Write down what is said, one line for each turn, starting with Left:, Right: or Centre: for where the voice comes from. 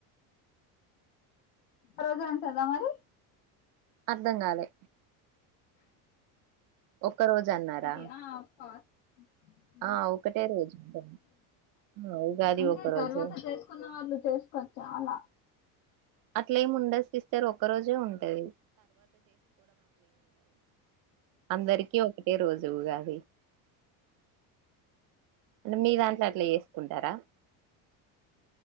Left: రోజులు ఉంటుందా మరి
Right: అర్ధం కాలే ఓహ్ క్క రోజు అన్నారా
Left: అది ఆ ఫాస్ట్ <inaudible>
Right: ఆ ఒకటే రోజు ఉంటుంది. ఆ ఉగాది
Left: అంటే
Right: ఒక రోజు
Left: తర్వాత చేసుకున్న వాళ్ళు చేసుకోవచ్చు అలా
Right: అట్లేమి ఉండదు సిస్టర్ ఒక్క రోజే ఉంటది అందరికీ ఒకటే రోజు ఉగాది అంటే మీ దాంట్లో అట్లా చేసుకుంటారా